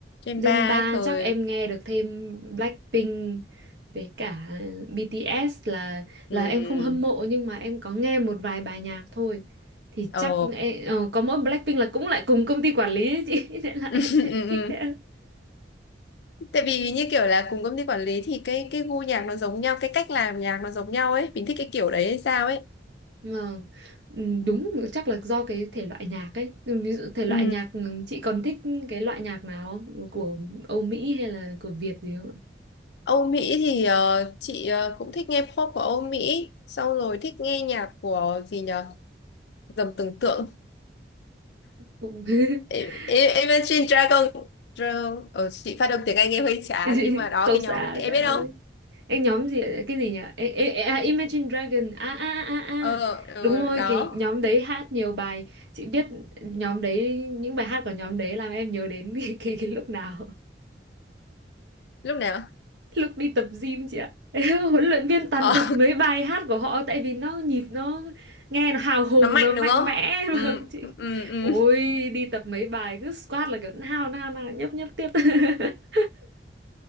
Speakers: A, on the left; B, on the right.
A: Gen
B: Gen
A: 3
B: 3
A: ấy thời
B: chắc em nghe được thêm Blackpink với cả BTS là
A: Ừ.
B: là em không hâm mộ nhưng mà em có nghe một vài bài nhạc thôi. Thì
A: ờ
B: chắc em, ờ, có mỗi Blackpink là cũng lại cùng công ty quản lý ấy chị, <laughs> nên là
A: <laughs>
B: em lại
A: ừ,
B: thích
A: ừ.
B: thế.
A: Tại vì như kiểu là cùng công ty quản lý thì cái cái gu nhạc nó giống nhau, cái cách làm nhạc nó giống nhau ấy, mình thích cái kiểu đấy hay sao ấy.
B: Ờ, ừ, đúng chắc là do cái thể loại nhạc ấy Ừ, ví dụ thể loại
A: Ừ.
B: nhạc ừ, chị còn thích cái loại nhạc nào không? của Âu Mỹ hay là của Việt gì không ạ
A: Âu Mỹ thì ờ, chị ờ, cũng thích nghe pop của Âu Mỹ xong rồi thích nghe nhạc của gì nhở dầm tưởng tượng
B: cũng
A: I-
B: <laughs>
A: I- Imagine Dragon Dragon ờ, chị phát âm tiếng Anh nghe hơi chán
B: chị
A: nhưng mà đó
B: không
A: cái
B: xa
A: nhóm đấy em
B: trời
A: biết
B: ơi
A: không
B: anh nhóm gì ạ? cái gì nhỉ Ê, ê, ê, à, Imagine Dragon à à à à à.
A: ờ ờ,
B: đúng rồi
A: đó
B: cái nhóm đấy hát nhiều bài chị biết nhóm đấy những bài hát của nhóm đấy làm em nhớ đến <laughs> cái, cái, cái lúc nào
A: lúc nào
B: lúc đi tập gym chị ạ <laughs> huấn luyện viên toàn
A: ờ,
B: bật
A: <laughs>
B: mấy bài hát của họ tại vì nó nhịp nó nghe nó hào hùng
A: nó mạnh
B: nó mạnh
A: đúng không
B: mẽ
A: ừ
B: <laughs> vâng chị
A: ừ ừ
B: ôi
A: <laughs>
B: đi tập mấy bài cứ squat là kiểu nào nào nào nhấp nhấp tiếp <laughs>